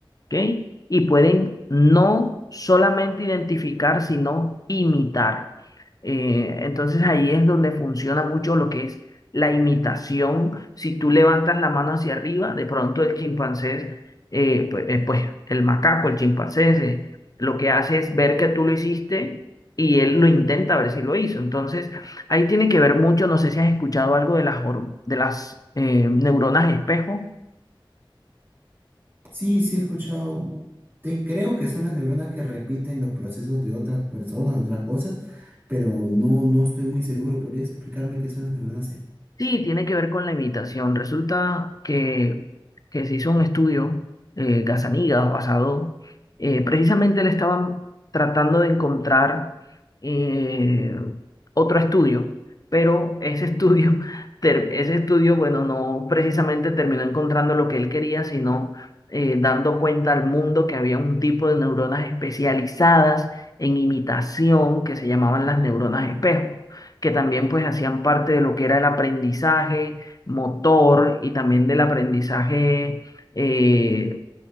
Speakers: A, on the left (about 45°); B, on the right (about 25°).
A: ¿ok? Y pueden no solamente identificar, sino imitar. Eh, entonces ahí es donde funciona mucho lo que es la imitación. Si tú levantas la mano hacia arriba, de pronto el chimpancé, eh, pues, eh, pues, el macaco, el chimpancé, se- lo que hace es ver que tú lo hiciste y él lo intenta ver si lo hizo. Entonces, ahí tiene que ver mucho, no sé si has escuchado algo de las, hor- de las eh, neuronas espejo.
B: Sí, sí he escuchado, u- te- creo que son las neuronas que repiten los procesos de otras personas, de otras cosas, pero no, no estoy muy seguro. ¿Podrías explicarme qué son las neuronas? espe-
A: Sí, tiene que ver con la imitación. Resulta que, que se hizo un estudio, eh, Gazzaniga, basado, eh, precisamente le estaban tratando de encontrar eh, otro estudio, pero ese <laughs> estudio, ter- ese estudio, bueno, no precisamente terminó encontrando lo que él quería, sino eh, dando cuenta al mundo que había un tipo de neuronas especializadas en imitación que se llamaban las neuronas espejo que también pues hacían parte de lo que era el aprendizaje motor y también del aprendizaje eh,